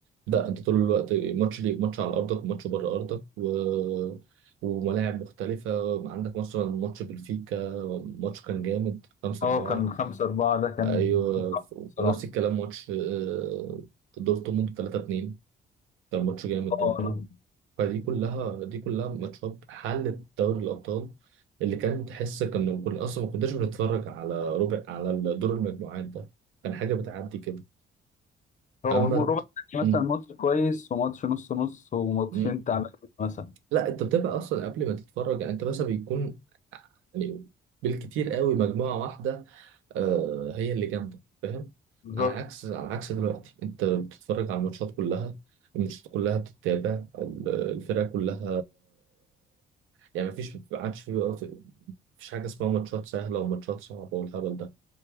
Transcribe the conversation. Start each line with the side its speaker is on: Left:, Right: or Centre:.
Right: لا انت طول الوقت ماتش ليك ماتش على ارضك وماتش بره ارضك و... وملاعب مختلفة عندك مثلا ماتش بلفيكا ماتش كان جامد خمسة
Left: اه
Right: أربعة
Left: كان خمسة أربعة ده كان
Right: أيوة
Left: كان تحفة
Right: ونفس
Left: بصراحة
Right: الكلام ماتش آه، دورتموند تلاتة اتنين كان ماتش جامد
Left: اه
Right: برضه
Left: أنا
Right: فدي كلها دي كلها ماتشات حلت دوري الأبطال اللي كان تحس كنا كنا أصلا ما كناش بنتفرج على ربع على دور المجموعات ده كان حاجة بتعدي كده
Left: هو
Right: أما
Left: الربع
Right: د-
Left: التاني
Right: مم.
Left: مثلا ماتش كويس وماتش نص نص وماتشين
Right: مم.
Left: تعبانين مثلا
Right: لا أنت بتبقى أصلا قبل ما تتفرج يعني أنت مثلا بيكون يعني بالكتير قوي مجموعة واحدة آه هي اللي جامدة فاهم
Left: بالظبط
Right: على عكس على عكس دلوقتي أنت بتتفرج على الماتشات كلها الماتشات كلها بتتابع الفرقة كلها يعني مفيش ما عادش في مفيش حاجة اسمها ماتشات سهلة وماتشات صعبة والهبل ده